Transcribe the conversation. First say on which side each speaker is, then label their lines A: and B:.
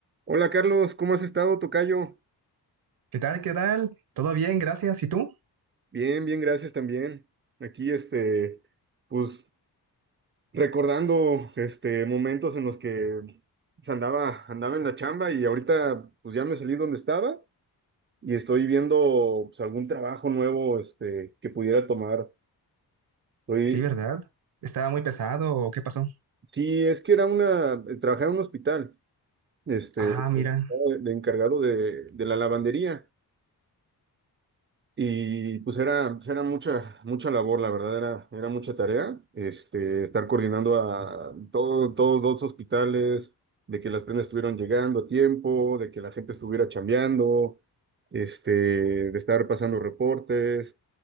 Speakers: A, on the right; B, on the right.
A: Hola Carlos, ¿cómo has estado, tocayo?
B: ¿Qué tal? ¿Qué tal? ¿Todo bien? Gracias. ¿Y tú?
A: Bien, bien, gracias también. Aquí, este, pues recordando, este, momentos en los que pues, andaba, andaba en la chamba y ahorita, pues ya me salí donde estaba y estoy viendo, pues, algún trabajo nuevo, este, que pudiera tomar. Estoy,
B: Sí, ¿verdad? ¿Estaba muy pesado o qué pasó?
A: sí, es que era una, trabajaba en un hospital, este,
B: Ah,
A: estaba
B: mira.
A: de encargado de, de la lavandería. Y pues era, pues, era mucha, mucha labor, la verdad, era, era mucha tarea, este, estar coordinando a todo- todos los hospitales, de que las prendas estuvieran llegando a tiempo, de que la gente estuviera chambeando, este, de estar pasando reportes,